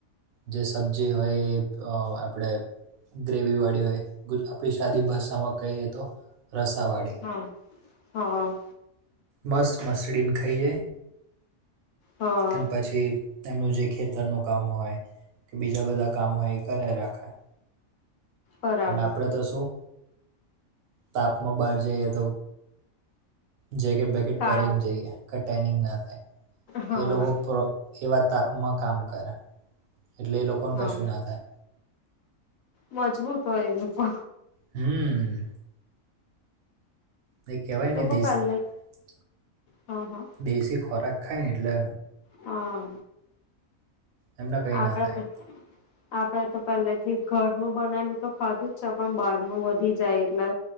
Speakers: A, on the right; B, on the left.
A: જે સબ્જી હોય એ અ આપણેે ગ્રેવી વાળી હોય ગૂજ આપણી સાદી ભાષામાં કહીએ તો રસાવાડી
B: હા હા.
A: મસ્ત મસડીને ખઈએ
B: હા
A: અને પછી એમનું જે ખેતરનું કામ હોય કે બીજા બધા કામ હોય એ કરયા રાખે.
B: બરાબર
A: અને આપણે તો શું તાપમાં બહાર જઈએ તો જેકેટ બેેકેટ
B: કાળા
A: પહેરીને જઈએ. કે ટેનિગ ના થાય
B: હા
A: એ લોકો એવા તાપમાં કામ કરે. એટલે એ લોકોને
B: હા
A: કશું ના થાય.
B: મજબૂત હોય એ લોકો
A: હમમ. એ કેહેવાય
B: લોકો
A: ને દેશી
B: પહેલે હા હા
A: દેશી ખોરાક ખાય ને એટલે
B: હા.
A: એમને કંઈ
B: આપડા
A: ના થાય
B: તો આપડે તો પહેલેથી ઘરનું બનાયલું તો ખાધું જ છે પણ બહાર નું વધી જાય એટલે